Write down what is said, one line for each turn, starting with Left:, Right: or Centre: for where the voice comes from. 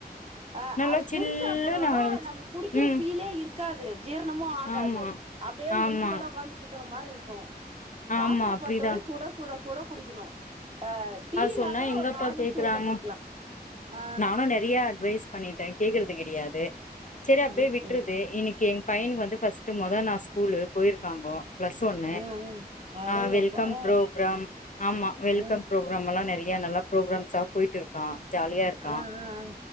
Right: ஆ
Left: நல்லா
Right: அது
Left: சில்லுனு
Right: குடிச்சா கூட
Left: ஆரம்பிச்சு
Right: நம்ளுக் குடிக்கற
Left: ம்
Right: ஃபீலே இருக் காது ஜீரணமு ஆகாது
Left: ஆமா
Right: அப்டியே
Left: ஆமா
Right: நெஞ்சு மேலே ஒக்காந்துட்ருக் க்கற மாரி இருக்கு காஃபியா
Left: ஆமா அப்டிதா
Right: பொறுத்த வரயு சுட சுட சுட குடிக்கணு ஆ டீனா
Left: அது சொன்னா
Right: கூட
Left: எங்கப்பா
Right: ஒரு நார்மல்
Left: கேக்குறாங்க
Right: சூடுல குடிக்கலா ஆ
Left: நானு நெறைய அட்வைஸ் பண்ணிட்டே கேக்குறது கிடையாது செரி அபடியே
Right: ம்
Left: விட்றது
Right: ம்
Left: இன்னைக்கு எங் பையனுக்கு வந்து பஸ்ட்டு மொத நா ஸ்கூல்லு போயிருக்காங்கோ ப்ளஸ் ஒன்னு
Right: ம் ம் அடேங்கப்பா
Left: ஆ வெல்கம்
Right: ஆ
Left: ப்ரோ ப்ரம் ஆமா வெல்கம்
Right: ம்
Left: எல்லா நெறைய நல்லா ப்ரோக்கிரம்ஸ்சா போய்ட்டு இருக்கா ஜாலியா இருக்கா
Right: ஆ ஆ